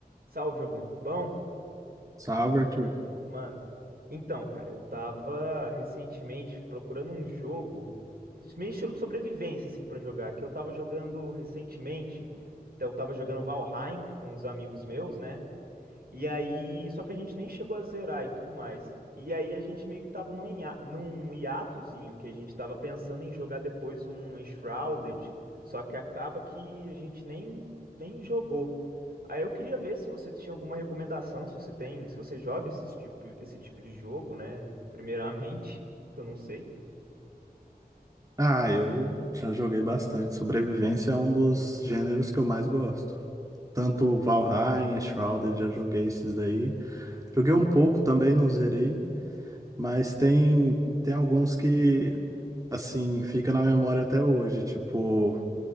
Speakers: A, on the right; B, on the right.
A: Salve, Giovanni, tudo bom?
B: Salve, Arthur.
A: Mano, então, cara, eu tava recentemente procurando um jogo, meio estilo de sobrevivência, assim, pra jogar, que eu tava jogando recentemente, então eu tava jogando Valheim com uns amigos meus, né? E aí, só que a gente nem chegou a zerar e tudo mais. E aí a gente meio que tava num, hiá- num hiatozinho que a gente tava pensando em jogar depois um Shrouded, só que acaba que a gente nem, nem jogou. Aí eu queria ver se você tinha alguma recomendação, se você tem, se você joga esse tipo, esse tipo de jogo, né? Primeiramente, que eu não sei.
B: Ah, eu já joguei bastante. Sobrevivência é um dos gêneros que eu mais gosto. Tanto Valheim, Shrouded, já joguei esses daí. Joguei um pouco também, não zerei, mas tem tem alguns que assim, fica na memória até hoje, tipo